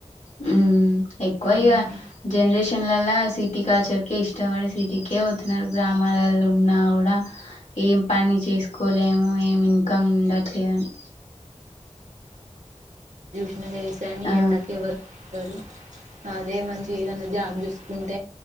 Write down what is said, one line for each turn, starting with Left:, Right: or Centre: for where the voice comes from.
Left: హ్మ్మ్, ఎక్కువ ఇగ
Right: ఉమ్,
Left: జనరేషన్ లాల. లా సిటీ కల్చర్కే, ఇష్టపడి సిటీకే పోతున్నారు. గ్రామాలలో ఉన్నా గూడా ఏం. పని చేసుకోలేము, ఏమి ఇన్కమ్ ఉండట్లేదని.
Right: ఉన్నా ఏసేమీ.
Left: ఆ
Right: ఎందుకీ? ఎవరి <unintelligible> కొకరు. అదే మంచి ఏదన్న జాబ్ జూసుకుంటే.